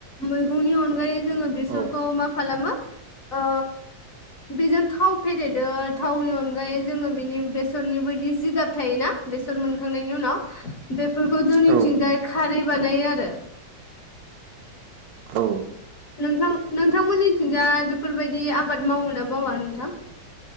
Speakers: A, on the left; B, on the right.
A: मैगंनि अनगायै जोङो बेसरखौ
B: औ
A: मा खालामो ओ बेजों थाव फेरेदो थावनि अनगायै जोङो बिनि बेसरनि बायदि जिगाब थायोना बेसर मोनखांनायनि उनाव बेफोरखौ जोंनिथिंजाय
B: औ
A: खारै बानायो आरो
B: औ
A: नोंथां नोंथांमोननिथिंजाय बेफोरबायदि आबाद मावो ना मावा नोंथां?